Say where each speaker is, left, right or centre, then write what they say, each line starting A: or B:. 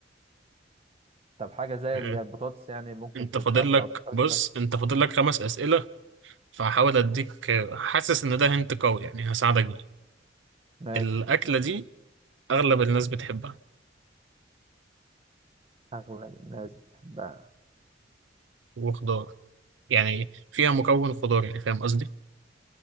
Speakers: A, on the right (about 30°); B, on the right (about 80°).
A: طب حاجة زي
B: آه.
A: اللي هي البطاطس يعني ممكن
B: انت
A: تتقطع
B: فاضل لك
A: وتتقشر
B: بص انت فاضل لك خمس أسئلة فهحاول اديك آه، حاسس ان ده هنت قوي يعني هساعدك بيه
A: ماشي
B: الأكلة دي أغلب الناس بتحبها
A: أغلب الناس بتحبها
B: وخضار يعني فيها مكون خضاري يعني فاهم قصدي